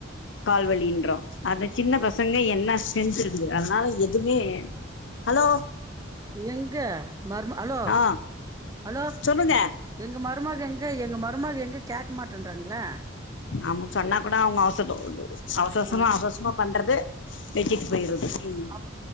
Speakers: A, on the left; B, on the right.
A: கால்வலின்றோ அந்த
B: ஆமா.
A: சின்ன பச ங்க என்ன ஸ்ட்ரெந்த் இருக்குது அதனால எதுமே ஹலோ
B: எங்க மரும ஹலோ
A: ஆ
B: ஹலோ
A: சொல்லுங்க
B: எங்க ம மருமக எங்க எங்க மருமக எங்க கேக்க மாட்டேன்றாங்களே
A: அவங்க பண்ணா கூட அவங்க அவச அவசரவசரமா
B: ஆ
A: அவசரவசரமா பண்றது நிட்டிட்டு போயிருது ம்
B: அப்